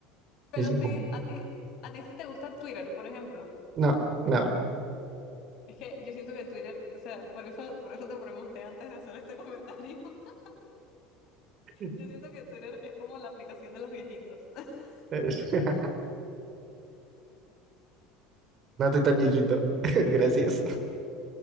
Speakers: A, on the left (about 55°); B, on the right (about 40°).
A: Pero
B: Misión
A: sí,
B: cumplida.
A: a ti, a ti sí te gusta Twitter, por ejemplo.
B: No, nada.
A: Es que yo siento que Twitter, o sea, por eso, por eso te pregunté antes de hacer este comentario. <laughs>
B: Es-
A: Yo siento que Twitter es como la aplicación de los viejitos. <laughs>
B: <laughs> No estoy tan viejito. <laughs> Gracias.